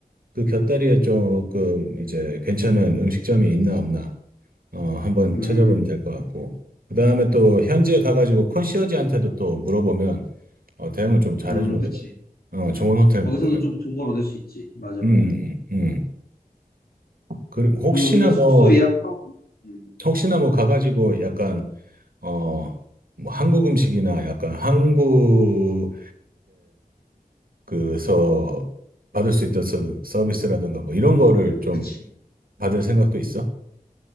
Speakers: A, on the right; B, on the left.
A: 그 곁다리에 조금 이제 괜찮은 음식점이 있나 없나 어, 한번
B: 음,
A: 찾아보면 될 것 같고. 그 다음에 또 현지에 가가지고 컨시어지한테도 또 물어보면 어, 대응을 좀 잘해주거든.
B: 음, 그치.
A: 어, 좋은 호텔
B: 거기서도
A: 묵으면.
B: 좀 정보를 얻을 수 있지. 맞아,
A: 음,
B: 맞아.
A: 음. 그리고 혹시나
B: 그러면 우리가 숙소
A: 뭐,
B: 예약하고, 음,
A: 혹시나 뭐 가가지고 약간, 어, 뭐 한국 음식이나 약간 한국에 그서 받을 수 있던 서- 서비스라든가 뭐 이런 거를 좀
B: 그치.
A: 받을 생각도 있어?